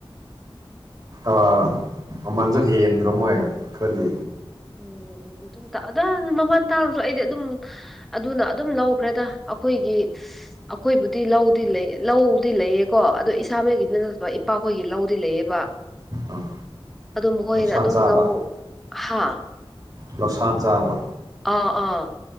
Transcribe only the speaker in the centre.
ꯎꯝ ꯍ ꯑꯗꯨꯝ ꯑꯗ ꯃꯃꯜ ꯇꯥꯡꯁꯨ ꯑꯩꯗꯤ ꯑꯗꯨꯝ__ ꯑꯗꯨꯅ ꯑꯗꯨꯝ ꯂꯧꯈ꯭ꯔꯦꯗ ꯑꯩꯈꯣꯏꯒꯤ꯫ ꯑꯩꯈꯣꯏꯕꯨꯗꯤ ꯂꯧꯗꯤ ꯂꯩ ꯂꯧꯗꯤ ꯂꯩꯌꯦꯀꯣ ꯑꯗꯣ ꯏꯁꯥꯃꯛꯒꯤ ꯅꯠꯇ__ ꯄꯥꯈꯣꯏꯒꯤ ꯂꯧꯗꯤ ꯂꯩꯌꯦꯕ꯫
ꯑꯗꯨ ꯃꯈꯣꯏꯅ
ꯑꯗꯨꯝ
ꯂꯧ ꯍꯥ__
ꯑꯥ ꯑꯥ